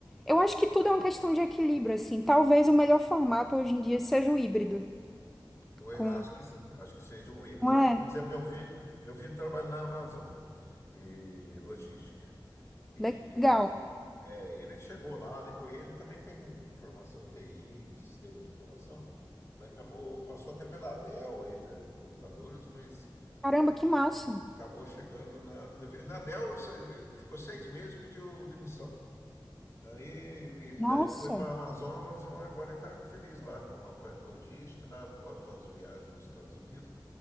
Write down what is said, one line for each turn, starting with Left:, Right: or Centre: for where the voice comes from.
Centre: Eu acho que tudo é uma questão de equilíbrio, assim. Talvez o melhor formato hoje em dia seja o híbrido.
Left: Ou eu-
Centre: Com...
Left: Acho que sim, acho que seja o híbrido.
Centre: Não é?
Left: Eu, Por exemplo, meu filho, meu filho trabalha na Amazon e logística. E
Centre: Legal.
Left: é, ele chegou lá, depois ele também tem formação em TI, em sistema de informação, mas acabou, passou até pela Dell aí, de computadores, mas
Centre: Caramba, que massa.
Left: acabou chegando na. Na Dell se- ele ficou seis meses, pediu demissão. Daí,
Centre: Nossa.
Left: e daí foi para a Amazon, a Amazon agora está feliz lá com a parte logística, tá? Pode fazer viagens para os Estados Unidos.